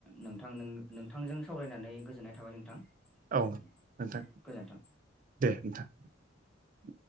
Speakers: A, in the centre; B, on the right.
A: नोंथां नोंथांजों सावरायनानै गोजोननाय थाबाय नोंथां
B: औ नोंथां
A: गोजोन्थों
B: <inaudible>